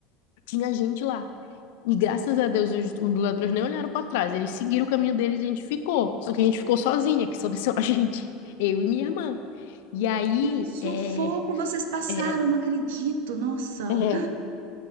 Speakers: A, on the left; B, on the right.
A: tinha gente lá. E graças a Deus os, os ladrões nem olharam para trás, eles seguiram o caminho deles e a gente ficou. Só que a gente ficou sozinha, que só desceu <laughs> a gente, eu e minha irmã. E aí,
B: E que sufoco
A: é,
B: vocês passaram,
A: é,
B: não acredito. Nossa,
A: é,